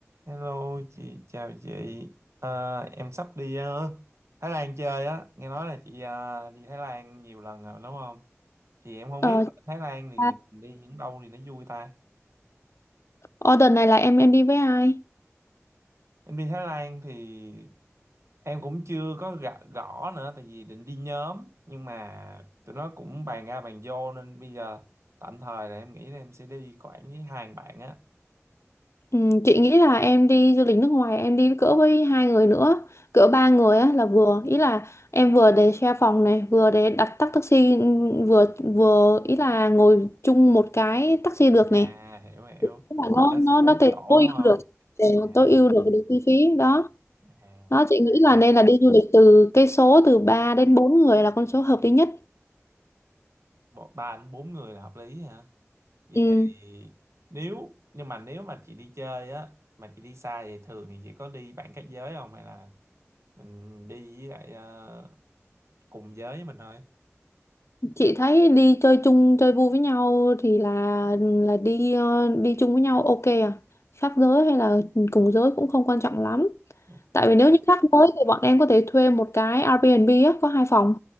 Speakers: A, on the right (about 65°); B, on the left (about 65°).
A: Hello chị, chào chị. Ờ, em sắp đi ờ, Thái Lan chơi á. Nghe nói là chị ờ, đi Thái Lan nhiều lần rồi đúng không? Thì em không
B: Ờ,
A: biết là Thái Lan thì
B: à,
A: mình đi những đâu thì nó vui ta.
B: Ờ, này là em em đi với ai?
A: Em đi Thái Lan thì em cũng chưa có gõ, gõ nữa, tại vì định đi nhóm nhưng mà tụi nó cũng bàn ra bàn vô nên bây giờ tạm thời là em nghĩ là em sẽ đi Quảng với hai bạn á.
B: Ừ, chị nghĩ là em đi du lịch nước ngoài em đi cỡ với hai người nữa, cỡ ba người á là vừa, ý là em vừa để share phòng này, vừa để đặt tắc taxi, vừa vừa ý là ngồi chung một cái taxi được
A: À
B: này.
A: hiểu hiểu.
B: Tức là nó
A: Thì taxi
B: nó
A: bốn
B: nó tề-
A: chỗ
B: tối
A: đúng không?
B: ưu được ờ,
A: À, à.
B: tối ưu được được chi phí đó.
A: à.
B: Đó chị nghĩ là
A: à.
B: nên là đi du lịch từ cái số từ 3 đến 4 người là con số hợp lý nhất.
A: bộ- ba đến bốn người là hợp lý hả vậy
B: Ừ.
A: thì nếu nhưng mà nếu mà chị đi chơi á mà chị đi xa thì thường thì chị có đi bạn khác giới không hay là mình đi với lại ờ, cùng giới với mình thôi
B: chị thấy đi chơi chung chơi vui với nhau thì là là đi ờ, đi chung với nhau ok à khác giới hay là cùng giới cũng không quan trọng lắm
A: ok
B: tại vì nếu như khác giới thì bọn em có thể thuê một cái Airbnb á, có hai phòng